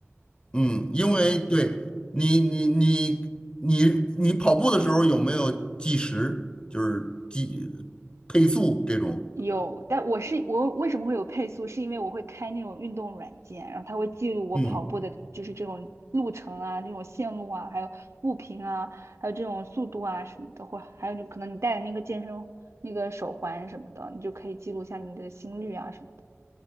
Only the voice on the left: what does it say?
嗯，因为对你你你你你跑步的时候有没有计时，就是计配速这种？
嗯